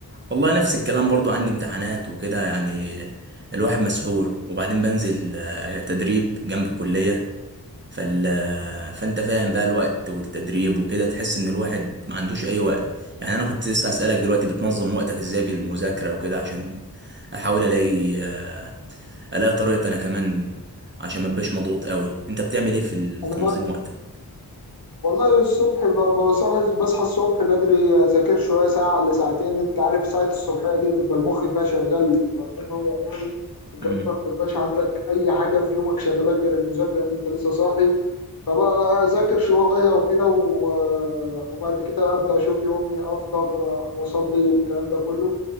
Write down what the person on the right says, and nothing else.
والله نفس الكلام برضو عندي امتحانات وكده يعني الواحد مسحول وبعدين بنزل آه، تدريب جنب الكليه فال... فانت فاهم بقى الوقت والتدريب وكده تحس ان الواحد ما عندوش اي وقت يعني انا كنت لسه هسألك دلوقتي بتنظم وقتك ازاي بالمذاكرة وكده عشان احاول الاقي آه، الاقي طريقة انا كمان عشان ما ابقاش مضغوط قوي انت بتعمل ايه في
تنظيم
وقتك
امم